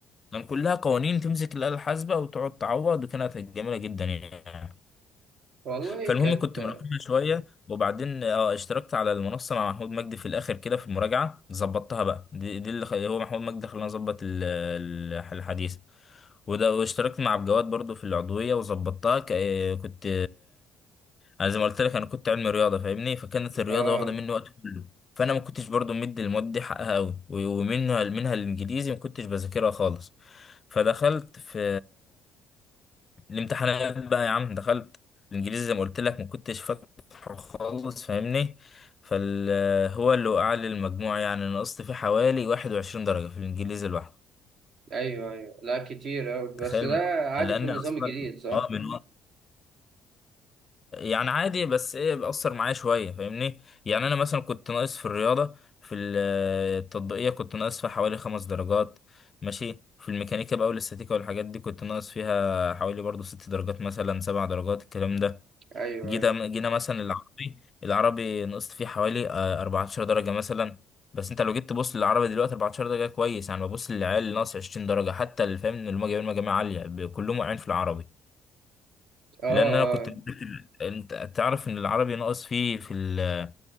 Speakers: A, on the left (about 35°); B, on the right (about 60°).
A: كان كلها قوانين تمسك الآلة الحاسبة وتقعد تعوض وكانت جميلة جدا يعني
B: والله
A: فالمهم
B: كانت
A: كنت مراقبها شوية وبعدين اه اشتركت على المنصة مع محمود مجدي في الآخر كده في المراجعة ظبطتها بقى دي, دي اللي خ- هو محمود مجدي خلاني أظبط ال- ال- الحديث وده واشتركت مع عبد الجواد برضو في العضوية وظبطتها ك- كنت انا زي ما قلت لك انا كنت علمي رياضه فاهمني فكانت الرياضه
B: اه
A: واخده مني وقت كله فانا ما كنتش برضو مدي المواد دي حقها قوي ومنها منها الانجليزي ما كنتش بذاكرها خالص فدخلت في الامتحانات بقى يا عم دخلت الانجليزي زي ما قلت لك ما كنتش فاتحه خالص فاهمني فال هو اللي وقع لي المجموع يعني نقصت فيه حوالي 21 درجه في الانجليزي لوحده
B: ايوه ايوه لا كتير اوي
A: تخيل
B: بس ده
A: من
B: عادي
A: لان
B: في النظام
A: اصلا
B: الجديد صح
A: اه من يعني عادي بس ايه بأثر معايا شوية فاهمني يعني انا مثلا كنت ناقص في الرياضة في ال- آه، التطبيقية كنت ناقص فيها حوالي خمس درجات ماشي في الميكانيكا بقى والاستاتيكا والحاجات دي كنت ناقص فيها حوالي برضو ست درجات مثلا سبع درجات الكلام ده
B: ايوه
A: جينا
B: ايوه
A: جينا مثلا العربي العربي نقصت فيه حوالي آه، 14 درجة مثلا بس انت لو جيت تبص للعربي دلوقتي 14 درجة كويس يعني ببص للعيال اللي ناقص 20 درجة حتى اللي فاهم ان هم جايبين مجاميع عالية ب- كلهم واقعين في العربي
B: اه
A: لان انا
B: اه
A: كنت انت تعرف ان العربي ناقص فيه في ال-